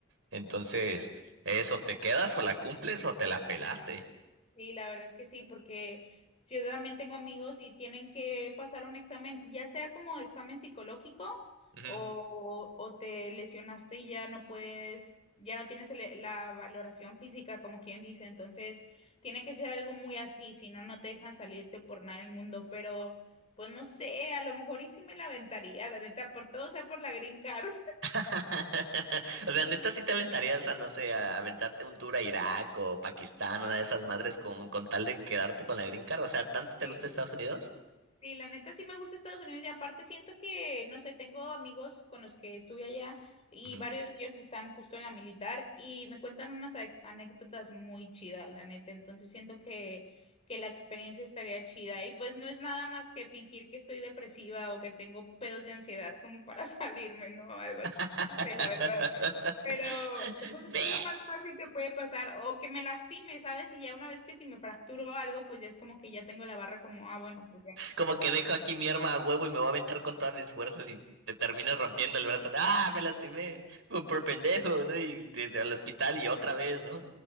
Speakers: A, on the right (about 65°); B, on the left (about 30°).
A: Entonces, eso, ¿te quedas o la cumples o te la pelaste?
B: Sí, la verdad que sí, porque si yo también tengo amigos y tienen que pasar un examen, ya sea como examen psicológico
A: Ujú.
B: o, o te lesionaste y ya no puedes, ya no tienes el- la valoración física, como quien dice, entonces tiene que ser algo muy así, si no, no te dejan salirte por nada del mundo, pero pues no sé, a lo mejor y sí me la aventaría, la neta, por todo, o sea, por la green card.
A: <laughs> O sea, neta, sí te aventarías a, no sé, a aventarte un tour a Irak o Pakistán, una de esas madres, como con tal de quedarte con la green card. O sea, ¿tanto te
B: <laughs>
A: gusta Estados
B: Sí.
A: Unidos?
B: Sí, la neta sí me gusta Estados Unidos y aparte siento que, no sé, tengo amigos con los que estuve allá y
A: Ujú.
B: varios de ellos están justo en la militar y me cuentan unas a- anécdotas muy chidas, la neta. Entonces siento que, que la experiencia estaría chida y pues no es nada más que fingir que estoy depresiva o que tengo pedos de ansiedad como para <laughs> salirme, ¿no? Algo así,
A: <laughs>
B: la verdad. Pero pues
A: Ve.
B: es que es lo más fácil que puede pasar o que me lastime, ¿sabes? Y ya una vez que si me fracturo algo, pues ya es como que ya tengo la barra como, ah, bueno, pues
A: Como que dejo aquí mi arma a huevo y me voy a aventar con todas mis fuerzas y te terminas rompiendo el brazo. ¿no? Ah, me lastimé por, por pendejo, ¿no? Y te, te- al hospital y otra vez, ¿no?